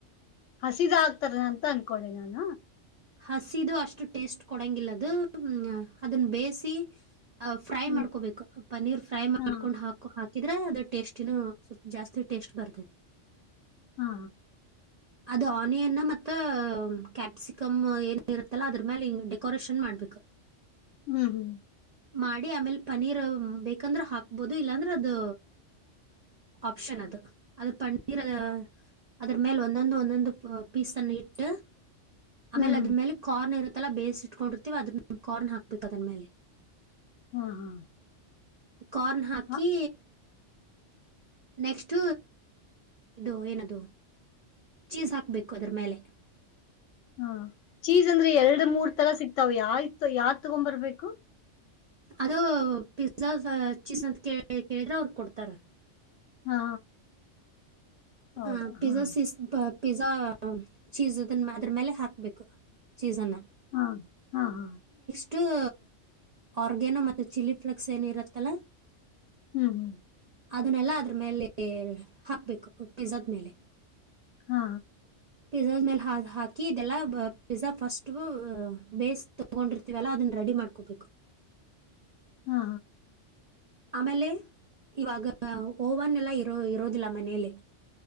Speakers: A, on the left; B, on the right.
A: ಹಸಿದ ಆಗ್ತಾರ ಅಂತ ಅನ್ಕೊಂಡೆ ನಾನ
B: ಹಸಿದು ಅಷ್ಟು ಟೇಸ್ಟ್ ಕೊಡಂಗಿಲ್ಲ ಅದು ಅದನ್ನ ಬೇಯಸಿ ಅ ಫ್ರೈ
A: ಹ್ಮ್
B: ಮಾಡ್ಕೋಬೇಕು ಪನೀರ್ ಫ್ರೈ ಮಾಡ್ಕೊಂಡ್
A: ಹಾ
B: ಹಾಕು ಹಾಕ ಇದ್ರ ಅದ ಟೇಸ್ಟಿನ ಸ್ವಲ್ಪ ಜಾಸ್ತಿ ಟೇಸ್ಟ್ ಬರ್ತೈತಿ
A: ಹಾ
B: ಅದು ಆನಿಯನ್ ಮತ್ತ ಕ್ಯಾಪ್ಸಿ ಕಮ ಏನ್ ಇರುತ್ತಲ್ಲ ಅದ್ರ ಮೇಲೆ ಹಿಂಗ ಡೆಕೋರೇಷನ್ ಮಾಡ್ಬೇಕು
A: ಹ್ಮ ಹ್ಮ
B: ಮಾಡಿ ಆಮೇಲೆ ಪನೀರ್ ಬೇಕಂದ್ರ ಹಾಕ್ಬೋದು ಇಲ್ಲಾಂದ್ರ ಅದು ಆಪ್ಷನ್ ಅದು ಅದ್ರ ಪನ್ನೀರ್ ಅದ್ರ ಮೇಲೆ ಒಂದೊಂದು ಒಂದೊಂದು ಪೀಸ್ನ್ನು ಇಟ್ಟ ಆಮೇಲೆ
A: ಹ್ಮ್
B: ಅದ್ರೇಲೆ ಕಾರ್ನ್ ಇರುತ್ ಲ್ಲ ಬೇಯಿಸಿ ಇಟ್ಕೊಂಡಿರ್ತೀವಿ ಅದನ್ನ ಕಾರ್ನ್ ಹಾಕ್ಬೇಕು ಅದನ್ ಮೇಲೆ
A: ಹ್ಮ ಹಾ
B: ಕಾರ್ನ್ ಹಾಕಿ
A: ಹಾ
B: ನೆಕ್ಸ್ಟ್ ಇದು ಏನದು ಚೀಸ್ ಹಾಕ್ಬೇಕು ಅದ್ರ ಮೇಲೆ
A: ಹಾ ಚೀಸ್ ಅಂದ್ರೆ ಎರಡು ಮೂರ್ ತರ ಸಿಕ್ತ ತ ಯಾತು ಯಾವ ತಗೊ ಬರ್ಬೇಕು
B: ಅದು ಪಿಜ್ಜಾ ಚೀಸ್ ಅಂತ ಕ ಕೇಳಿದ್ರೆ ಅವ್ರ ಕೊಡ್ತಾರ
A: ಹಾ ಹೌದಾ
B: ಆ ಪಿಜ್ಜಾ
A: ಹಾ
B: ಸಿಸ ಪಿಜಜಾ ಚೀಸ್ ಅದನ್ನ ಅದ್ರ ಮೇಲೆ ಹಾಕ್ಬೇಕು ಚೀಸ್ ಅನ್ನ
A: ಹಾ ಹಾ ಹಾ
B: ಅ ಆರ್ಗ್ಯಾನೋ ಮತ್ತು ಚಿಲ್ಲಿ ಫ್ಲೆಕ್ಸ್ ಏನ ಇರುತ್ತಲ್ಲ
A: ಹ್ಮ್ ಹ್ಮ್
B: ಅದನ್ನೆಲ್ಲ ಅದ್ರ ಮೇಲೆ ಹಾಕ್ಬೇಕು ಪಿಜಾದ ಮೇಲೆ
A: ಹಾ
B: ಪಿಜ್ಜಾದ ಮೇಲೆ ಹಾ ಹಾಕಿ ಇದೆಲ್ಲ ಪಿಜ್ಜಾ ಫಸ್ಟು ಬೇಸ್ ತಗೊಂಡಿರ್ತೀವಲ್ಲ ಅದನ್ನ ರೆಡಿ ಮಾಡ್ಕೊಬೇಕು
A: ಹಾ
B: ಆಮೇಲೆ ಇವಾಗ ಓವನ್ ಎಲ್ಲ ಇರೋ ಇರೋದಿಲ್ಲ ಮನೇಲಿ